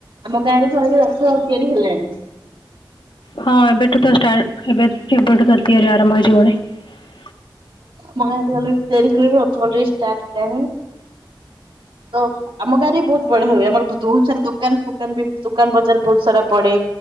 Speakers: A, on the right; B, on the left.
A: ଆମ ଗାଁ ରେ କେବେଠୁ ରଥ ତିଆରି ହେଲାଣି ।
B: ହଁ ଏବେଠୁ ତ, ଏବେ, ଏବେଠୁ ତ ତିଆରି ଆରମ୍ଭ ହେଇଯିବଣି ।
A: ମ <unintelligible> ତିଆରି ହେଲେ ବି ଅଥରେ ଷ୍ଟାର୍ଟ ହେଲାଣି ତ ଆମ ଗାରେ ବି ବହୁତ ବଢିଆ ହଏ ଆମର ବହୁତ ସାରା ଦୋକାନ ଫୋକାନ ବି ଦୋକାନ ବଜାର ବହୁତ ସାରା ପଡେ